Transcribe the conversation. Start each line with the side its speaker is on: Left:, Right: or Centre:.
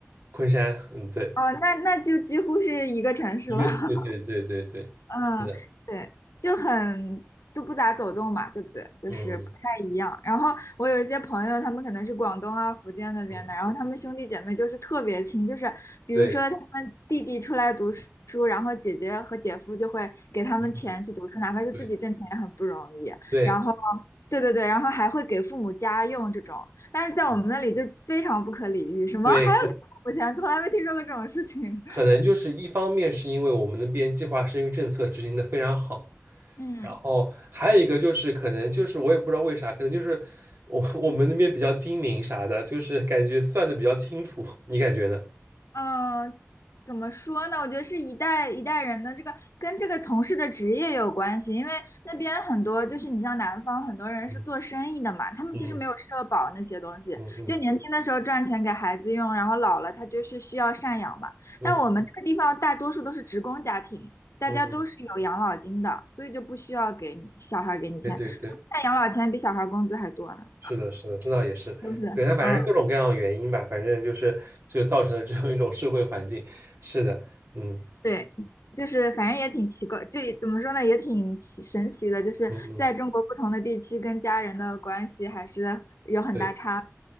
Right: 昆山，嗯，对，
Left: 哦，那那就几乎是一个城市了。
Right: 一个，
Left: <laughs>
Right: 对对对对对，
Left: 嗯，
Right: 是的，
Left: 对，就很就不咋走动嘛，对不对？就是不太一样。
Right: 嗯
Left: 然后我有一些朋友，他们可能是广东啊、福建那边的，
Right: 嗯，
Left: 然后他们兄弟姐妹就是特别亲，就是比如说他们弟弟出来读书，
Right: 对，
Left: 然后姐姐和姐夫就会给他们钱去读书，
Right: 嗯嗯
Left: 哪怕是自己挣钱也很不容易。
Right: 对对
Left: 然后，对对对，然后还会给父母家用这种，但是在我们那里就非常不可理喻，
Right: 嗯
Left: 什么还要给父母钱，
Right: 对，
Left: 从来没听说过这种事情。
Right: 可能就是一方面是因为我们那边计划生育政策执行的非常好，
Left: <laughs> 嗯
Right: 然后还有一个就是可能就是我也不知道为啥，可能就是我我们那边比较精明啥的，就是感觉算的比较清楚，你感觉呢？
Left: 嗯，怎么说呢？我觉得是一代一代人的这个跟这个从事的职业有关系，因为那边很多就是你像南方很多人是做生意的嘛，
Right: 嗯
Left: 他们其实没有社保那些东西，
Right: 嗯嗯嗯
Left: 就年轻的时候赚钱给孩子用，然后老了他就是需要赡养嘛。
Right: 嗯
Left: 但我们这个地方大多数都是职工家庭，大家都是有养老金的，
Right: 嗯，嗯，
Left: 所以就不需要给你小孩儿给你钱，
Right: 对对对，
Left: 那养老钱比小孩儿工资还多呢。
Right: 是的，是的，这倒也是，
Left: 就是。
Right: 对，它反正各种各样的原因吧，
Left: 嗯。
Right: 反正就是就造成了这样一种社会环境，是的，嗯
Left: 对，就是反正也挺奇怪，这怎么说呢，也挺奇神奇的，就是在中国不同的地区跟家人的关系还是有很大差别。
Right: 嗯嗯，对。